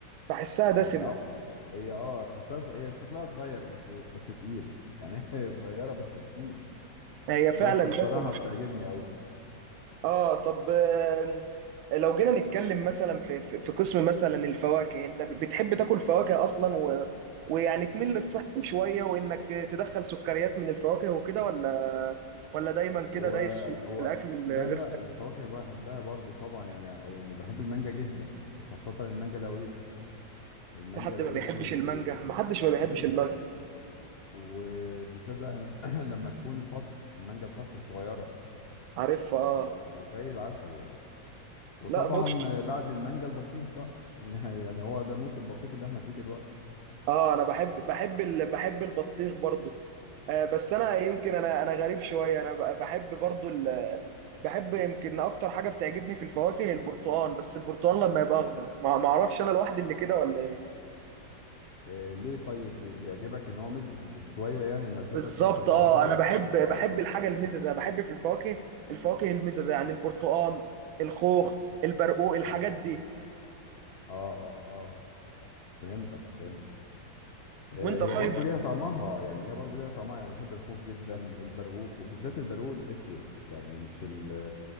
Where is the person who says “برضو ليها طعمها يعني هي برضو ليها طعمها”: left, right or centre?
Left